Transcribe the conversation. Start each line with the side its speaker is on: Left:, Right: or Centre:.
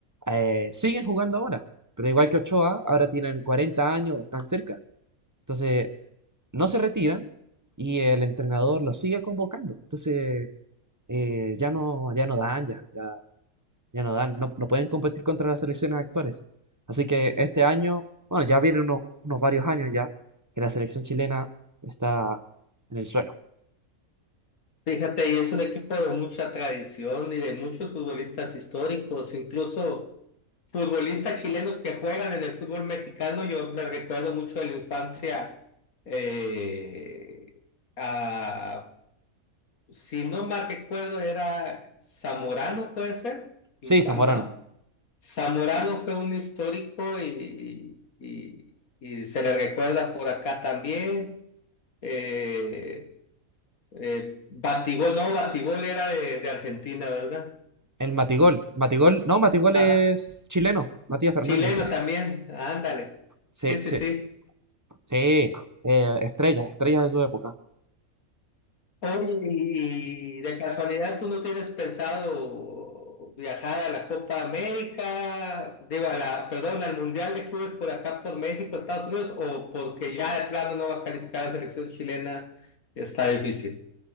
Right: eh, siguen jugando ahora. Pero igual que Ochoa, ahora tienen 40 años, están cerca. Entonces, no se retiran y el entrenador los sigue convocando. Entonces, eh, ya no, ya no dan, ya, ya, ya no dan. No, no pueden competir contra las selecciones actuales. Así que este año, bueno, ya vienen unos, unos varios años ya que la selección chilena está en el suelo.
Left: Fíjate, y es un equipo de mucha tradición y de muchos futbolistas históricos, incluso futbolistas chilenos que juegan en el fútbol mexicano. Yo me recuerdo mucho de la infancia eh, a, si no mal recuerdo, era Zamorano, puede ser,
Right: Sí,
Left: el Bam
Right: Zamorano.
Left: Bam. Zamorano fue un histórico y, y- y se le recuerda por acá también. Eh, eh, Batigol, no, Batigol era de, de Argentina, ¿verdad?
Right: El Matigol. Matigol, no, Matigol
Left: Ajá.
Right: es chileno. Matías Fernández.
Left: Chileno también, ándale.
Right: Sí,
Left: Sí, sí,
Right: sí,
Left: sí.
Right: sí. Eh, estrellas, estrellas de su época.
Left: Oye, y de casualidad tú no tienes pensado viajar a la Copa América, digo, a la, perdón, al Mundial de Clubes por acá, por México, Estados Unidos, o porque ya de plano no va a calificar la selección chilena, está difícil.